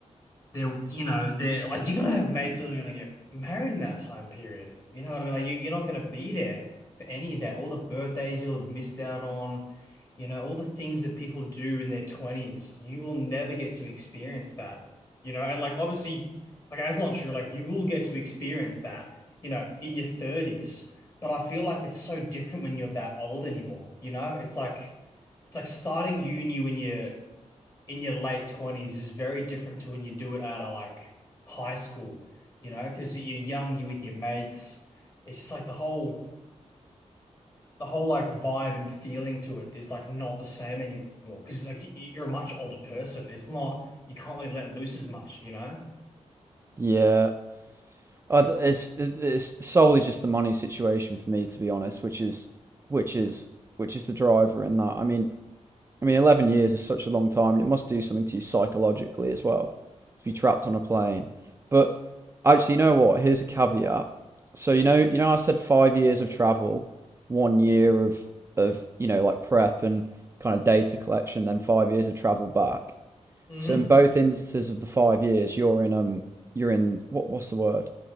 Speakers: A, on the left; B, on the right.
A: they're you know they're like you're gonna have mates that are gonna get married in that time period you know what I mean like you, you're not gonna be there for any of that all the birthdays you'll have missed out on you know all the things that people do in their 20s you will never get to experience that you know and like obviously like that's not true like you will get to experience that you know in your 30s but I feel like it's so different when you're that old anymore you know it's like it's like starting uni when you're in your late 20s is very different to when you do it out of like high school, you know, because you're young, you're with your mates. It's just like the whole the whole like vibe and feeling to it is like not the same anymore because it's like y- you're a much older person. It's not you can't really let loose as much, you know?
B: Yeah, I th- it's it's solely just the money situation for me, to be honest, which is which is which is the driver in that. I mean, I mean, 11 years is such a long time, and it must do something to you psychologically as well to be trapped on a plane. But actually, you know what? Here's a caveat. So you know, you know, I said five years of travel, one year of of you know like prep and kind of data collection, then five years of travel back.
A: hmm
B: So in both instances of the five years, you're in um, you're in what what's the word?